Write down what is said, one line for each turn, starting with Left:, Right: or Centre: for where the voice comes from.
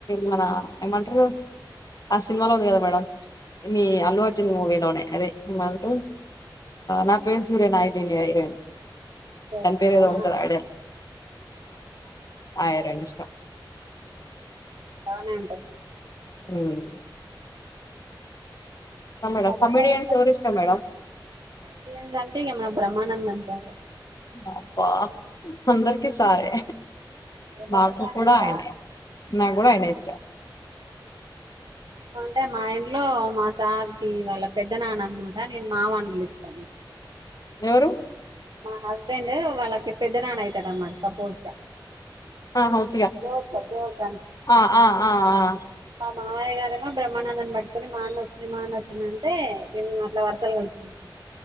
Left: మన ఏమంటరు ఆ సినిమాలో ఉంది కదా మేడమ్ మీ అల్లు అర్చున్ మూవీలోనే అదే ఏ మంటూ నా పేరు సూర్య నాయునియ హీరోన్
Right: నా పేరు
Left: తన్పేరు
Right: సుధా
Left: ఏదో ఉంది కద ఐడయ్ ఆర ఏం ఇష్టం
Right: రా నంటె
Left: ఉమ్ ఇష్టం
Right: ఈ
Left: మేడం
Right: బథకం
Left: కమెడియన్స్ ఎవరు ఇష్టం మేడం
Right: కమీడియన్స్ అంటే ఏమన్నా బ్రహ్మానందం గంతె
Left: అబ్బా అందరికి సారే
Right: బ్రహ్మానందం
Left: నాకు కూడ
Right: సారు
Left: ఆయనే నా కూడ ఆయనే ఇష్టం
Right: అంటే మా ఇంట్లో మా సార్ కి వాళ్ళ పెద్ద నాన్న అనమాట నేను మామ అని పిలుస్తాను
Left: ఎవరు
Right: మా హస్బెండ్ డు వాళ్ళకి పెద్ద నాన్న అయి తాడు అన్నమాట సపోజ్ గా
Left: అ హౌపిగ
Right: జోక్ గా జోక్ గా
Left: అ అ అ అ
Right: మావయ్య గారేమో బ్రహ్మానందన్ని పట్కొని మా అన్న వచ్చిన మా అన్న వచ్చింది అంటే మేము అట్ల వర్సలు కలుపుకుంటాము